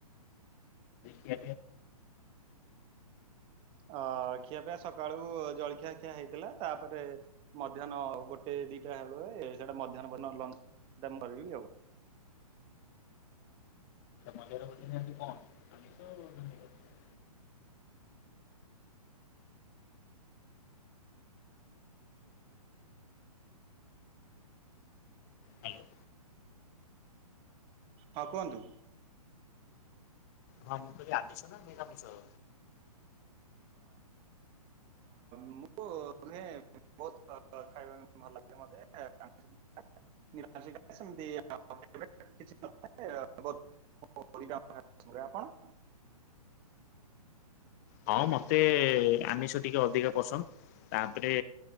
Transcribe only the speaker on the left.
କେ
ମଜରବ କଣ ଆମିଷ ନା ନିରାମିଷ ହ୍ୟାଲୋ।
ହଁ ମୁଁ କହିଲି ଆମିଷ ନା ନିରାମିଷ।
ହଁ ମତେ ଆମିଷ ଟିକେ ଅଧିକ ପସନ୍ଦ ତାପରେ